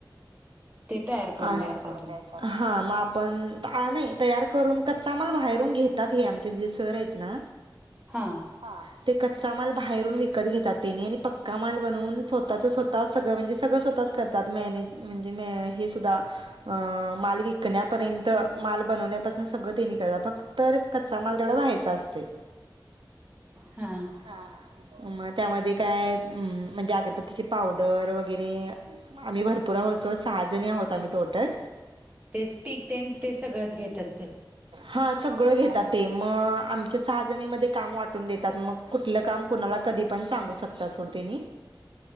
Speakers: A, on the right (about 20°); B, on the right (about 80°).
A: ते
B: आ
A: द्यायचं
B: तयार
A: आपण
B: करून द्या हा म आपण आ नाही तयार करून कच्चा माल बाहेरून घेतात हे आमचे जे सर आहेत ना
A: हा.
B: हा, ते कच्चा माल बाहेरून विकत घेतात. त्येनी आणि पक्का माल बनवून स्वतःच स्वतः सगळं म्हणजे सगळं स्वतःच मॅनेज. म्हणजे म हे सुद्धा अ माल विकण्यापर्यंत माल बनवण्यापासून सगळं तेनी करता फक्त तर कच्चा माल तेवडा बाहेरचा असतोय.
A: हा
B: हा हा म त्यामध्ये काय अम म्हणजे अगरबत्तीची पावडर वगैरे, आम्ही भरपूर आहोत सो-सहाजणी आहोत आम्ही टोटल.
A: ते स्टिक तेन ते सगळंच घेत असतील?
B: हा सगळं घेतात ते म आमच्या सहाजणी मध्ये काम वाटून देतात मग कुठलं काम कुणाला कधी पण सांगू शकता सोड तेनी.